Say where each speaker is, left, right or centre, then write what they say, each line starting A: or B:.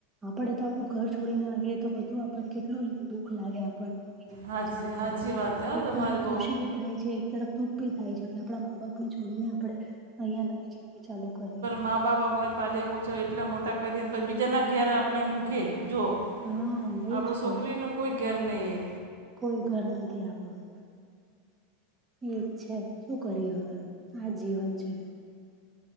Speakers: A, on the right; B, on the right.
A: આપડે તો આપણું ઘર છોડીને આવીએ તો બધું આપડ કેટલું દુઃખ લાગે એમ. પણ નવી જિંદગી
B: હાચી
A: ચાલુ કરી
B: હાચી વાત છે હો
A: એક
B: તમારી
A: તરફ
B: બહુ
A: ખુશી થાય છે એક તરફ દુઃખ ભી થાય છે કે આપડા મા બાપ ને છોડીને આપડણે અહિયાં નવી જિંદગી ચાલુ કરીએ
B: મા બાપ આપણે પાલ્યા પછો એટલા મોટા કરીએ બીજાના ઘેર આપણે મૂકી જો.
A: હા
B: આપડ
A: એજ તો
B: છોકરી ન કોઈ ઘેર નહી એ.
A: કોઈ ઘર નથી આપડું એજ છે શું કરી હવે. આ જીવન છે.